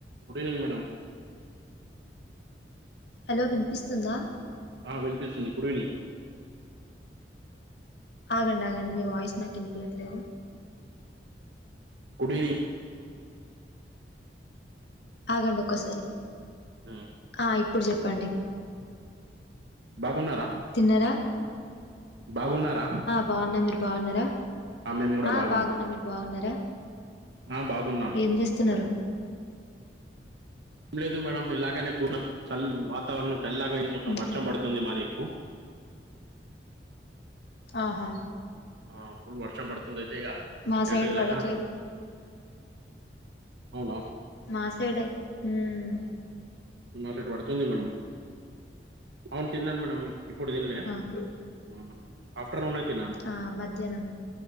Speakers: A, on the right; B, on the left.
A: Good evening madam
B: hello వినిపిస్తుందా
A: ఆ వినిపిస్తుంది గుడ్ ఈవెనింగ్
B: ఆగండి ఆగండి మీ వాయిస్ నాకు ఇనిపియాట్లేదు
A: గుడివినింగ్
B: ఆగండి ఒక్కసారి
A: హ్మ్
B: ఆ ఇప్పుడు చెప్పండి.
A: బాగున్నారా!
B: తిన్నరా
A: బాగున్నారా
B: బావున్నాం, మీరు బావున్నారా.
A: మేము కూడా
B: ఆ
A: బాగున్నాం
B: బాగున్న మీరు బాగున్నారా.
A: ఆ బాగున్నం.
B: ఏం జేస్తున్నరు.
A: ఏం లేదు మేడం ఇలాగనే కూచునం వాతావరణం చల్లాగాయి మొత్తం
B: ఉహు
A: వర్షం పడుతుంది. మాదిక్కు
B: ఆహా
A: ఆ అప్పుడు వర్షం పడుతుందయితే ఇగా
B: మా సైడ్
A: ఎట్ ఏళ్ళక.
B: పడట్లేదు
A: అవునా
B: మా సైడే ఉహ్మ్
A: మా సైడ్ వడుతుంది మేడం, అవును తిన్నాను మేడం. ఇప్పుడు తినలే తినలే
B: ఆహా
A: ఆఫ్టర్నూనే తిన్నాను.
B: ఆ మధ్యాహ్నం